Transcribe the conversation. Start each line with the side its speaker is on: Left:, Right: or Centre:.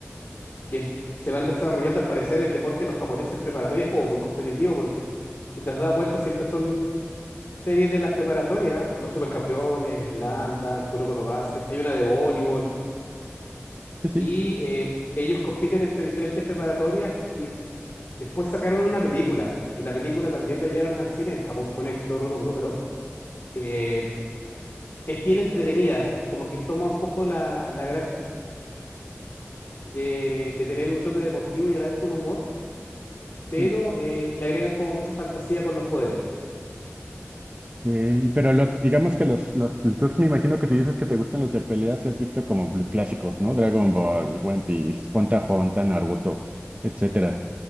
Left: que se van desarrollando, al parecer, el deporte de los japoneses en preparatoria es como muy competitivo, porque si te has dado cuenta, siempre son series de las preparatorias, los supercampeones, Lambda, Kuroko no Basket, hay una de voleibol,
Right: Sí, sí,
Left: y eh, ellos compiten entre diferentes preparatorias y después sacaron una película, y la película también la llevaron al cine, en Japón fue un éxito rotundo, pero eh, es bien entretenida, como que toma un poco la, la gracia de, de tener un toque deportivo y a la vez con humor pero
Right: sí.
Left: eh, le agregan como mucha fantasía con los poderes.
Right: Eh, y pero los, digamos que los, los, entonces me imagino que te dices que te gustan los de peleas y has visto como bl- clásicos, ¿no? Dragon Ball, One Piece, Hunter x Hunter, Naruto, etcétera.